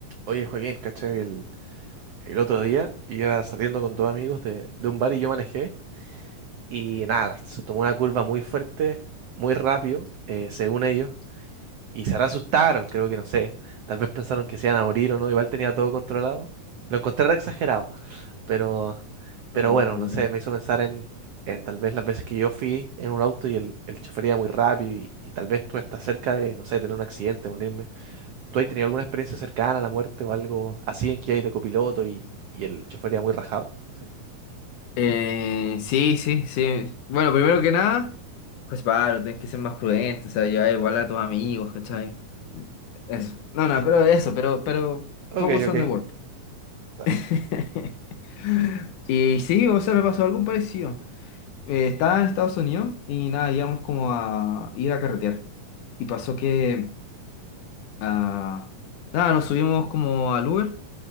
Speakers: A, on the right; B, on the left.
A: Oye, Joaquín, ¿cachai? El, el otro día iba saliendo con dos amigos de, de un bar y yo manejé. Y nada, se tomó una curva muy fuerte, muy rápido, eh, según ellos. Y se asustaron, creo que no sé. Tal vez pensaron que se iban a morir o no. Igual tenía todo controlado. Lo encontré re exagerado. Pero, pero
B: Ay,
A: bueno,
B: Dios mío.
A: no sé, me hizo pensar en, en tal vez las veces que yo fui en un auto y el, el chofer iba muy rápido. Y, y tal vez tú estás cerca de, no sé, tener un accidente, morirme ¿Tú has tenido alguna experiencia cercana a la muerte o algo así en que hay de copiloto y, y el chofer iba muy rajado? ¿Sí?
B: Eh, sí, sí, sí. Bueno, primero que nada, pues Pablo, tienes que ser más prudente, o sea, llevar igual a tus amigos, ¿cachai? Eso. No, no,
A: Eh,
B: pero eso, pero, pero
A: Ok,
B: focus
A: ok.
B: on the work.
A: Está-
B: <laughs> Y sí, o sea, me pasó algo parecido. Eh, estaba en Estados Unidos y nada, íbamos como a ir a carretear. Y pasó que, ah, nada, nos subimos como al Uber